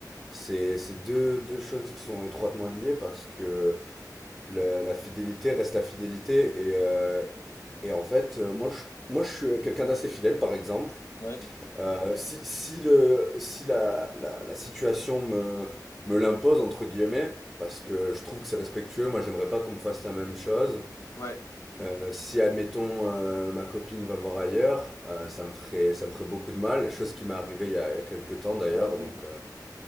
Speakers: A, in the centre; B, on the left (about 45°).
A: c'est, c'est deux, deux choses qui sont étroitement liées parce que la, la fidélité reste la fidélité et, euh, Et en fait, euh, moi, je, moi, je suis quelqu'un d'assez fidèle, par exemple.
B: Ouais.
A: Euh, si si, le, si la, la, la situation me, me l'impose, entre guillemets, parce que je trouve que c'est respectueux, moi, j'aimerais pas qu'on me fasse la même chose.
B: Ouais,
A: Euh, si, admettons, euh, ma copine va voir ailleurs, euh, ça me ferait, ça me ferait beaucoup de mal. Chose qui m'est arrivée il y a, il y a quelques temps, d'ailleurs.
B: Ah zut,
A: Donc, euh,